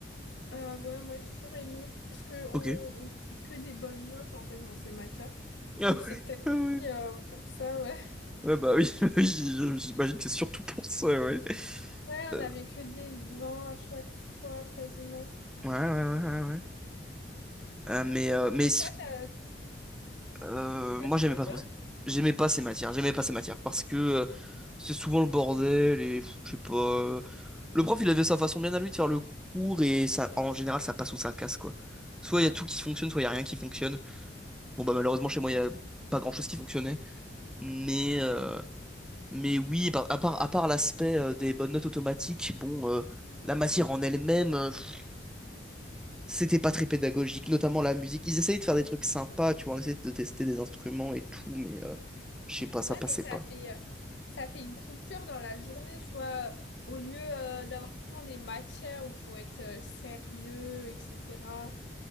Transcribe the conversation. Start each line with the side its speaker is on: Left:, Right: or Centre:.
Left: Euh, ouais, moi j'ai toujours aimé, parce que on
Centre: Ok. <laughs>
Left: on n'a que des bonnes notes en fait dans ces matières.
Centre: Ah
Left: Donc c'est
Centre: ouais,
Left: peut-être
Centre: ah
Left: aussi
Centre: ouais.
Left: euh, pour ça, ouais. <laughs>
Centre: Ouais, bah oui, <laughs> oui, j- j'imagine que c'est surtout pour ça, ouais.
Left: Ouais,
Centre: Euh,
Left: on avait que des 20 à chaque fois, quasiment.
Centre: ouais, ouais, ouais, ouais. ouais. Euh, mais euh, mais
Left: Et toi, t'as-
Centre: euh,
Left: t'aimais
Centre: moi j'aimais pas trop
Left: bien?
Centre: ça. J'aimais pas ces matières, j'aimais pas ces matières parce que euh, c'est souvent le bordel et pff, je sais pas. euh, Le prof il avait sa façon bien à lui de faire le cours et ça en général ça passe ou ça casse quoi. Soit il y a tout qui fonctionne, soit il y a rien qui fonctionne. Bon, bah, malheureusement, chez moi, il y a pas grand-chose qui fonctionnait. Mais, euh, mais oui, par- à part, à part l'aspect euh, des bonnes notes automatiques, bon, euh, la matière en elle-même, euh, pff, c'était pas très pédagogique, notamment la musique. Ils essayaient de faire des trucs sympas, tu vois, on essayait de tester des instruments et tout, mais euh, je sais pas, ça
Left: Ouais,
Centre: passait
Left: mais ça
Centre: pas.
Left: fait, euh, ça fait une coupure dans la journée, tu vois. Au lieu euh, d'avoir tout le temps des matières où il faut être euh, sérieux, etc.